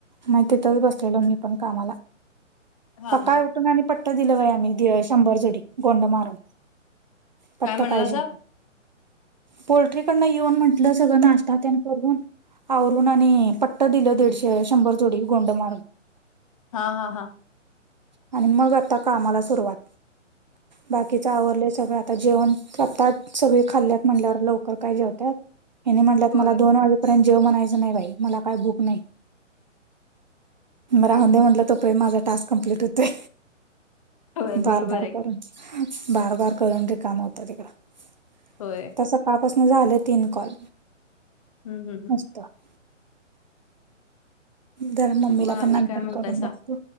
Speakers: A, on the right; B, on the left.
A: नाही तिथच बसलेलो मी पण कामाला
B: हा
A: प काय.
B: हा
A: आणि पट्टा दिला वय आम्ही शंभर जोडी गोंड मारून. पटत
B: काय म्हणला
A: पाहिजे
B: सा
A: पोल्ट्रीकडन येऊन म्हण. आपलं सगळ नाचतात त्यां. ून आवरून आणि पट्ट दिलं दीडशे शंभर तोडी गोंड मारून.
B: हा हा हा.
A: आणि मग आता कामाला सुरुवात बाकीचे आवरले सगळं आ. आ जेवणताात सगळी खाल्ल्यात म्हल्यावर लवकर काय जेवतात हे म्हण
B: होय
A: मला दोन वाज. पर्यंत जेव म्हणायचं नाही बाई मला काय बुक नाही. राहूनंदे म्हटलं तो पे माझा टास्क कंप्लीट होते.
B: होय बरोबर
A: बारबार
B: आहे
A: करून बारबार करून रे काम होत तिकडं.
B: होय.
A: आता सकाळपासून झालं तीन कॉल.
B: हम् हम् हम.
A: तर. जरा मम्मीला
B: म आणि
A: पण नंतर
B: काय म्हणतायस
A: करून बघतो